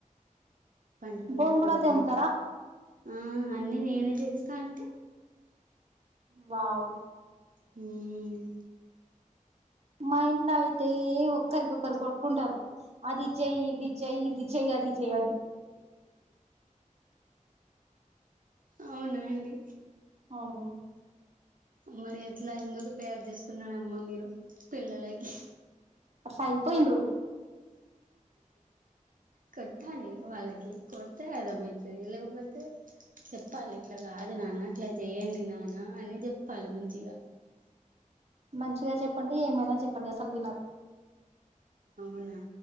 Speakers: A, on the right (about 80°); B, on the right (about 50°).
A: పండుకుంటారు
B: బోల్ కూడా
A: అందరి
B: తెమ్ముతారా
A: ఆ అన్నీ నేనే చేస్తా అంటే
B: వావ్
A: ఉమ్
B: మా ఇంట్లో అయితే ఒక్కరికొక్కరు కొట్టుకుంటారు అది చేయ్ ఇది చేయ్ ఇది చేయ్ అది చేయ్
A: అవునా అండి
B: అవును
A: మరి ఎట్లా ఎందుకు తయారు చేసుకున్నాడమ్మా మీరు పిల్లలకి
B: వస అయిపోయిండ్రు
A: కట్టాలి వాళ్ళకి కొడతే అదామైతే ఇలాకపోతే చెప్పాలి ఇట్లా కాదు నానా ఇట్లా చేయండి నానా అని చెప్పాలి మంచిగా
B: మంచిగా చెప్పండి ఏమైనా చెప్పండి అసలు వినరు
A: అవునా